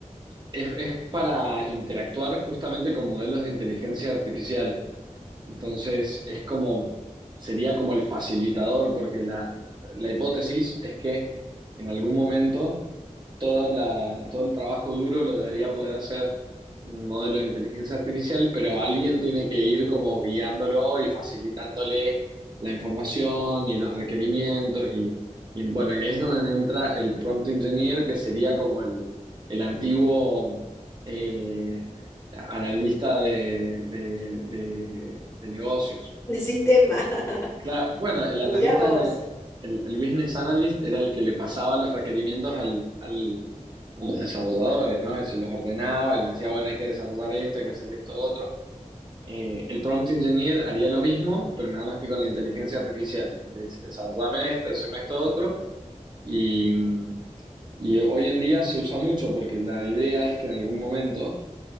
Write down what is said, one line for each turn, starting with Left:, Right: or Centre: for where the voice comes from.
Right: es, es para interactuar justamente con modelos de inteligencia artificial. Entonces, es como, sería como el facilitador, porque la, la hipótesis es que en algún momento toda la, todo el trabajo duro lo debería poder hacer un modelo de inteligencia artificial, pero alguien tiene que ir como guiándolo y facilitándole la información y los requerimientos y, y bueno, y ahí es donde entra el prompt engineer, que sería como el, el antiguo... eh, Analista de, de- de- de negocios.
Left: de sistema. <laughs>
Right: Claro, bueno, el analista,
Left: Mirá vos.
Right: de ne- el, el business analyst era el que le pasaba los requerimientos al, al- a los desarrolladores, ¿no? Y se los ordenaba, y les decía, bueno, hay que desarrollar esto, hay que hacer esto, otro. Eh, el prompt engineer haría lo mismo, pero nada más que con la inteligencia artificial. Le dice, desarrollame esto, hazme esto, otro. Y, y hoy en día se usa mucho porque la idea es que en algún momento